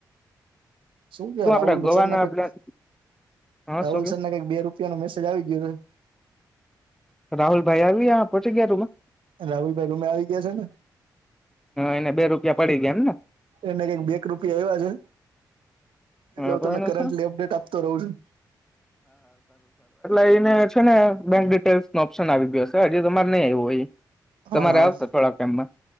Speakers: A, on the right; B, in the centre.
A: શું કે રાહુલસન્ના
B: આપડે ગોવાના
A: કઈ
B: પ્લાન હા
A: રાહુલ
B: શું કે
A: સરને કઈક બે રૂપિયા નો મેસેજ આવી ગયો છે,
B: રાહુલ ભાઈ આવી પહોંચી ગયા રૂમાં?
A: રાહુલભાઈ રમે આવી ગયા છે ને,
B: એને બે રૂપિયા પડી ગયા એમ
A: એને કઈક બેક રૂપિયા એવા છે.
B: ને
A: એટલે હું
B: તો
A: તમને
B: એનું
A: કરન્ટલી
B: છે
A: અપડેટ આપતો રહું છું.
B: એ છે ને બેંક ડિટેલ્સ નો ઓપ્શન આવી ગયો હ છે હજી તમારે નહી આવું હો એ
A: હા
B: તમારે
A: હા
B: આવશે થોડા ટમમાં